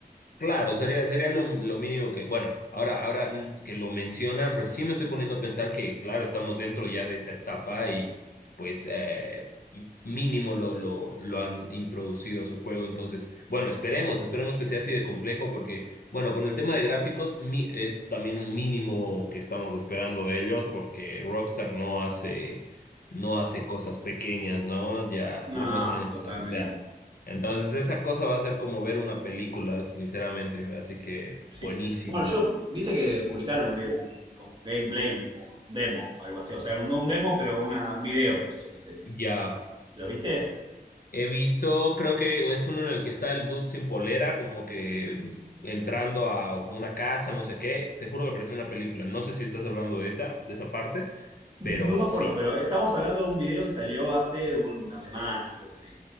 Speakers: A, on the left (about 65°); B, on the right (about 30°).
A: Claro, sería, sería lo, lo mínimo que, bueno, ahora, ahora mm, que lo mencionas, recién me estoy poniendo a pensar que, claro, estamos dentro ya de esa etapa y pues eh, m- mínimo lo, lo, lo han introducido a su juego. Entonces, bueno, esperemos, esperemos que sea así de complejo porque, bueno, con el tema de gráficos mi- es también un mínimo que estamos esperando de ellos porque Rockstar no hace, no hace cosas pequeñas, ¿no? Ya lo
B: No,
A: muestran en
B: totalmente.
A: cada GTA. Entonces, esa cosa va a ser como ver una película, sinceramente. Así que,
B: Sí.
A: buenísimo.
B: Bueno, yo, viste que publicaron un, ga- un- como un gameplay, un, un- un demo, algo así. O sea, no un demo, pero una, un video, eso quise decir.
A: Ya.
B: ¿Lo viste?
A: He visto, creo que es uno en el que está el dude sin polera, como que entrando a como una casa, no sé qué. Te juro que pareció una película. No sé si estás hablando de esa, de esa parte,
B: No
A: pero
B: me acuerdo,
A: sí.
B: pero estamos hablando de un video que salió hace una semana, una cosa así.